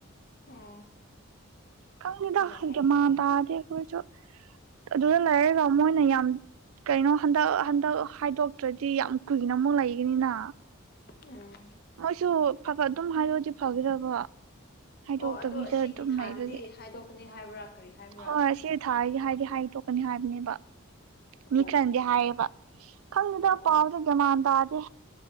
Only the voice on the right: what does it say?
ꯈꯪꯗꯦꯗ
ꯒꯌꯥꯃꯥꯟ
ꯇꯥꯗꯦ ꯑꯈꯣꯏꯁꯨ ꯑꯗꯨꯗ ꯂꯩꯔꯒ ꯃꯣꯏꯅ ꯌꯥꯝ ꯀꯩꯅꯣ ꯍꯟꯗꯛ ꯍꯟꯗꯛ ꯍꯥꯏꯗꯣꯛꯇ꯭ꯔꯗꯤ ꯌꯥꯝ ꯀꯨꯏꯅ ꯑꯃꯨꯛ ꯂꯩꯒꯅꯤꯅ
ꯃꯣꯏꯁꯨ ꯐꯠ ꯐꯠ ꯑꯗꯨꯝ ꯍꯥꯏꯗꯣꯛꯑꯗꯤ ꯐꯒꯗꯕ ꯍꯥꯏꯗꯣꯛꯇꯕꯤꯗ
ꯑꯗꯨꯝ
ꯂꯩꯕꯒꯤ
ꯍꯣꯏ ꯁꯤ ꯊꯥꯁꯤꯗꯤ ꯍꯥꯏꯗꯤ ꯍꯥꯏꯗꯣꯛꯀꯅꯤ ꯍꯥꯏꯕꯅꯦꯕ ꯃꯤ
ꯈꯔꯅꯗꯤ
ꯍꯥꯏꯌꯦꯕ ꯈꯪꯗꯦꯗ
ꯄꯥꯎꯁꯦ ꯒ꯭ꯟꯃꯥꯟ ꯇꯥꯗꯦ